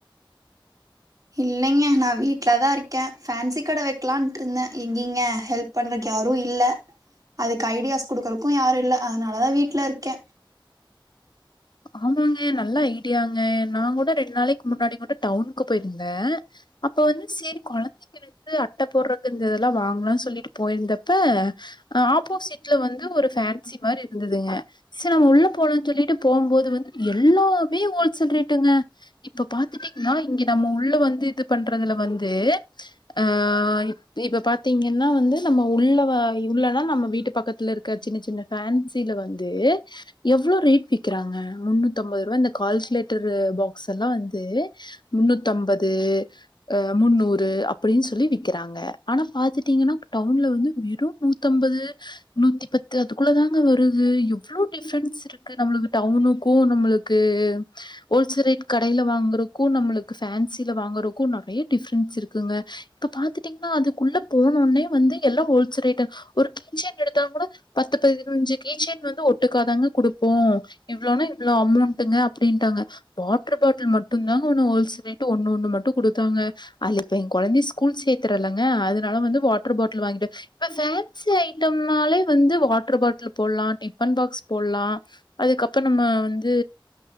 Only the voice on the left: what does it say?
ஆமாங்க நல்ல ஐடியாங்க நான் கூட ரெண்டு நாளைக்கு முன்னாடி கூட டவுனுக்கு போயிருந்தேன் அப்ப வந்து சரி குழந்தைங்க வந்து அட்டை போடுறக்கு இதெல்லாம் வாங்கலாம்னு சொல்லிட்டு போயிருந்தப்ப ஆப்போசிட்ல வந்து ஒரு ஃபேன்சி மாதிரி இருந்ததுங்க சரி நம உள்ள போலாம்னு சொல்லிட்டு போம்போது வந்து எல்லாமே ஹோல்சேல் ரேட்டுங்க இப்ப பாத்துட்டீங்கன்னா இங்க நம்ம உள்ள வந்து இது பண்றதுல வந்து அ இப்ப பார்த்தீங்கன்னா வந்து நம்ம உள்ள உள்ளனா நம்ம வீட்டு பக்கத்துல இருக்க சின்ன சின்ன ஃபேன்சில வந்து எவ்வளோ ரேட் வி க்றாங்க முண்ணூத்தம்பது ரூவா இந்த கால்குலேட்டர் பாக்ஸ் எல்லாம் வந்து முன்னூத்தம்பது முன்னூறு அப்படின்னு சொல்லி விக்கிறாங்க ஆனா பாத்துட்டீங்கன்னா டவுன்ல வந்து வெறும் நூத்தம்பது நூத்தி பத்து அதுக்குள்ள தாங்க வருது எவ்ளோ டிஃப்ரன்ஸ் இருக்கு நம டவுனுக்கும் நம்மளுக்கு ஹோல்சேல் ரேட் கடையில வாங்குரதுக்கும் நம்மளுக்கு ஃபேன்சில வாங்குறக்கும் நிறைய டிஃப்ரன்ஸ் இருக்குங்க இப்ப பாத்துட்டீங்கன்னா அதுக்குள்ள போனோடனே வந்து எல்லாம் ஹோல்சேல் ரேட் ஒரு கீசைன் எடுத்தா கூட பத்து பதினஞ்சு கீசைன் வந்து ஒட்டுக்காதாங்க குடுப்போம் இவ்வளோன்னா இவ்வளோ அமௌண்ட்ங்க அப்டின்ட்டாங்க வாட்டர் பாட்டில் மட்டும்தாங்க ஒன்னு ஹோல்சேல் ரேட்டு ஒன்னு ஒன்னு மட்டும் கொடுத்தாங்க அது இப்ப குழந்தைய ஸ்கூல் சேர்த்தறல்லைங்க அதனால வந்து வாட்டர் பாட்டில் வாங்கிடு இப்ப ஃபேன்சி ஐட்டம்னாலே வந்து வாட்டர் பாட்டில் போடலாம் டிஃபன் பாக்ஸ் போடலாம் அதுக்கப்புறம் இப்ப நம்ம வந்து